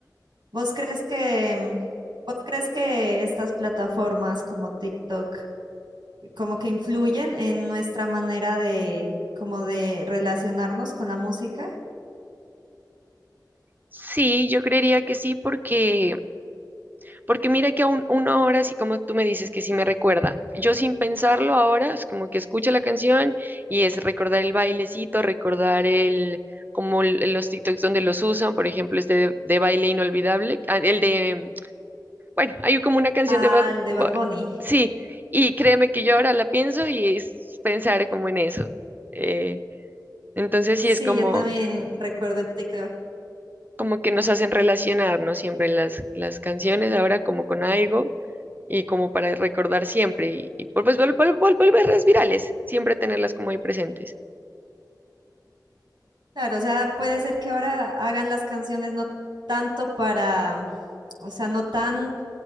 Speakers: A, on the right; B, on the right.
A: ¿Vos crees que, mm, vos crees que estas plataformas como TikTok como que influyen en nuestra manera de como de relacionarnos con la música?
B: Sí, yo creería que sí, porque, porque mira que aún uno ahora, así como tú me dices que sí me recuerda, yo sin pensarlo ahora, es como que escucho la canción y es recordar el bailecito, recordar el, como el- los TikToks donde los usan, por ejemplo, este de, de baile inolvidable, ah, el de, bueno, hay como una canción
A: Al
B: de Bad
A: de
B: Bo-
A: Bad Bunny.
B: sí, y créeme que yo ahora la pienso y es pensar como en eso. eh, entonces sí
A: Sí,
B: es como...
A: yo también recuerdo el TikTok.
B: como que nos hacen relacionarnos siempre las, las canciones ahora como con algo y como para recordar siempre y, y por- pues vol- vol- vol- volverlas virales, siempre tenerlas como ahí presentes.
A: Claro, o sea, puede ser que ahora hagan las canciones no tanto para, o sea, no tan